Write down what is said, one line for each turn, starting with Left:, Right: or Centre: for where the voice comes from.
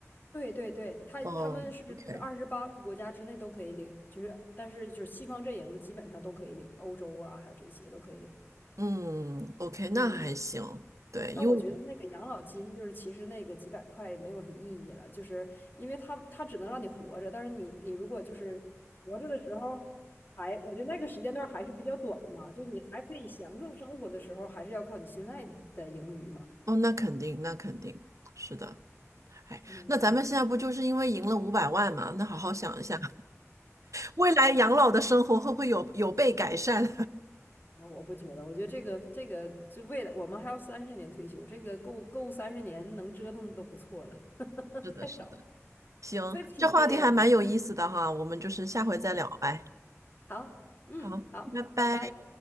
Left: 对对对，他他们是就是二十八个国家之内都可以领，
Right: 哦，OK，
Left: 就是但是就是西方阵营基本上都可以领，欧洲啊还有这些都可以领。
Right: 嗯，OK，
Left: 嗯，
Right: 那还行。对，
Left: 但我觉得那个养老金就是其实那个几百块没有什么意义了，
Right: 因为我，
Left: 就是因为它它只能让你活着，但是你你如果就是活着的时候还，我觉得那个时间段还是比较短嘛，就你还可以享受生活的时候，还是要靠你现在的盈余嘛。
Right: 哦，那肯定，那肯定是的。哎，
Left: 嗯，
Right: 那咱们现在不就是因为赢了五百万嘛？那好好想一下，未来养老的生活会不会有有被改善？
Left: 啊，我不觉得，我觉得这个这个就未来我们还要三十年退休，这个够够三十年能折腾的都不错了，<laughs>
Right: <laughs> 是的，
Left: 太少了。
Right: 是的。行，
Left: fifty
Right: 这话题还蛮有意思的哈，
Left: 一点我觉得
Right: 我们就是下回再聊呗。
Left: 对，好，嗯，
Right: 好，
Left: 好，
Right: 拜拜。
Left: 拜拜。